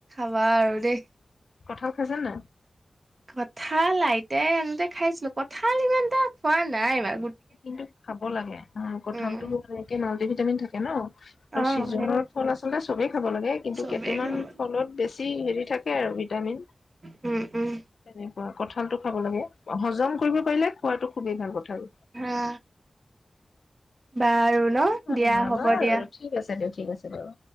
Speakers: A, on the right; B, on the left.
A: চোৱা আৰু দেই
B: কঠও খাইছে ন
A: কঁঠাল আইতাই আনোতে খাইছিলো কঠাল ইমান এটা খোৱা নাই বাৰু
B: কিন্তু খাব লাগে কঠালতো
A: উম
B: এনেকে মাল্টি ভিটামিন থাকে ন। আৰু
A: অ
B: চিজনৰ
A: সেইটোৱে
B: ফল আচলতে চবেই খাব লাগে কিন্তু
A: চবেই
B: কেইটামান
A: খাব।
B: ফলত বেছি হেৰি থাকে আৰু। বিটামিন
A: উম উম
B: তেনেকুৱা কঠালটো খাব লাগে হজম কৰিব পাৰিলে খোৱাটো খুবেই ভাল কথা আৰু।
A: অ বাৰু। ন
B: অ
A: দিয়া হ'ব
B: বাৰু
A: দিয়া
B: ঠিক আছে দিয়ক ঠিক আছে বাৰু।